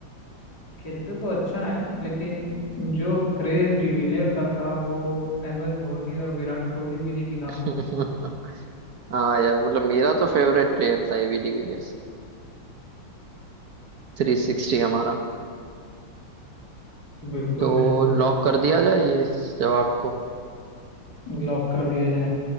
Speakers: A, on the left (about 55°); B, on the right (about 60°).
A: खेलते तो अच्छा है लेकिन जो क्रेज डिविलियर का था वो एम एस धोनी और विराट कोहली भी नहीं दिखा
B: <laughs>
A: पाते थे
B: हाँ यार मतलब मेरा तो फेवरेट प्लेयर था एबी डिविलियर्स थ्री सिक्सटी हमारा
A: बिल्कुल
B: तो
A: बिल्कुल
B: लॉक कर दिया जाए ये इस जवाब को
A: लॉक कर दिया जाए